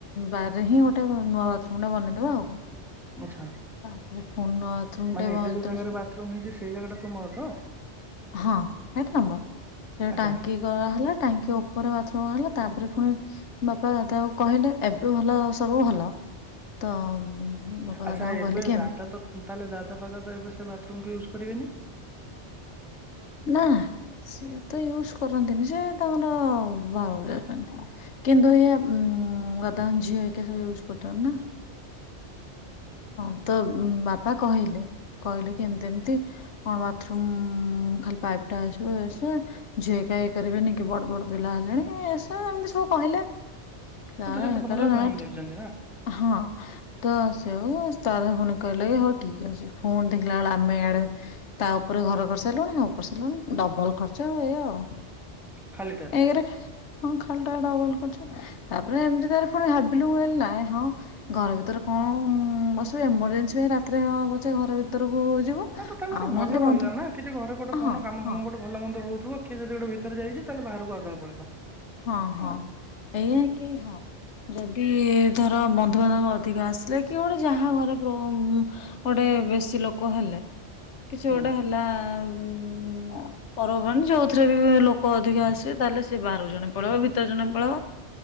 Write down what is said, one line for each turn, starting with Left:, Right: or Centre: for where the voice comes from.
Left: ବାରରେ ହିଁ ଗୋଟେ ମ ଗୋଟେ ବନେଇ ଦବା ଆଉ କଣ।
Centre: ଆଚ୍ଛା
Left: ତାପରେ ପୁଣି ନୂଆ ବାଥରୁମ
Centre: ମାନେ
Left: ଟେ ଯେତେବେଳେ
Centre: ଏବେ ଯୋଉ ଜାଗାରେ ବାଥରୁମ ହେଇଛି ସେଇ ଜାଗାଟା ତୁମର ତ?
Left: ହଁ ସେଇଟା ଆମର ସେ
Centre: ଆଚ୍ଛା
Left: ଟାଙ୍କି ହେଲା ଟାଙ୍କି ଉପରେ ବାଥରୁମ ହେଲା ତାପରେ ପୁଣି ବାପା ଦାଦକୁ କହିଲେ ଏବେ ଭଲ ସବୁ ଭଲ ତ ବାପା
Centre: ଆଚ୍ଛା
Left: ଦାଦାଙ୍କୁ କହିଲେ
Centre: ଏବେ
Left: କି
Centre: ଦାଦା
Left: ଏମ
Centre: ତ ତାହେଲେ ଦାଦା ଫାଦା ତ ଏବେ ସେ ବାଥରୁମକୁ ୟୁଜ୍ କରିବେନି?
Left: ନା ନା ସିଏ ତ ୟୁଜ କରନ୍ତିନି ସେ ତାଙ୍କର ବାହାରକୁ ଯାଉଛନ୍ତି କିନ୍ତୁ ଏଇଆ ଦାଦାଙ୍କ ଝିଅ ହେରିକା ସବୁ ୟୁଜ କରୁଛନ୍ତି ନା ହଁ ତ ବାପା କହିଲେ କହିଲେ କି ଏମତି ଏମିତି କଣ ବାଥରୁମ୍ ଖାଲି ପାଇପ ଟା ଆସିବ ଇଏ ସିଏ ଝିଆ ହେରିକା ଇଏ କରିବେନି କି ବଡ ବଡ ପିଲା ହେଲେଣି ଇଏ ସିଏ ଏମତି ସବୁ କହିଲେ ତା
Centre: ହଁ ତ ସେ
Left: ଏ
Centre: ତ ଭଲ
Left: କ ନା
Centre: ପାଇଁ ହିଁ ଯାଇଛନ୍ତି ନା
Left: ହଁ ଦଶ ଆଉ ତାର ପୁଣି କହିଲେ କି ଠିକ୍ ଅଛି ଫୋନ୍ ଦେଖିଲା ବେଳେ ଆମେ ଆଡେ ତା ଉପରେ ଘର କରିସାରିଲୁଣି ହଉ କରିସାରିଲୁଣି ଡବଲ ଖର୍ଚ୍ଚ ଇଏ ଆଉ।
Centre: ଖାଲିଟାରେ।
Left: ଏକରେ ହଁ ଖାଲିଟାରେ ଡବଲ ଖର୍ଚ୍ଚ ତାପରେ ଏମିତି ତରେ ପୁଣି ଭାବିଲୁ ହେ ନାଁ ହଁ ଘର ଭିତରେ କଣ ହୁଁ ବସବୁ ଏମୋରଜେନ୍ସି ପାଇଁ ରାତିରେ ପଛେ ଘର ଭିତରକୁ ଯିବୁ
Centre: ନା ତ ତାଙ୍କୁ ଗୋଟେ
Left: ଆଉ
Centre: ଭଲ
Left: ନହେଲେ
Centre: ରହିଲା
Left: ବନ୍ଧୁ
Centre: କିଛି ଘରେ ଗୋଟେ କଣ
Left: ହଁ
Centre: କାମ ଧାମ
Left: ହଁ
Centre: ଗୋଟେ ଭଲ ମନ୍ଦ ହଉ ତୁବ କିଏ ଯଦି ଗୋଟେ ଭିତରେ ଯାଇଛି ତାହେଲେ ବାହାରକୁ ଆଉ ଜଣେ ପଳେଇଲା
Left: ହଁ ହଁ ଏଇଆା କି ହଁ ଯଦି ଧର ବନ୍ଧୁବାନ୍ଧବ ଅଧିକ ଆସିଲେ କି ଗୋଟେ ଯାହା ଘରେ ଗୋଟେ ଗୋଟେ ବେଶୀ ଲୋକ ହେଲେ କିଛି
Centre: ହୁଁ
Left: ଗୋଟେ ହେଲା ଉ ପର୍ବବାଣି ଯୋଉଥିରେ ବି ଲୋକ ଅଧିକ ଆସିବେ ତାହେଲେ ସେ ବାହାରୁ ଜଣେ ପଳେଇବ ଭିତରେ ଜଣେ ପଳେଇବ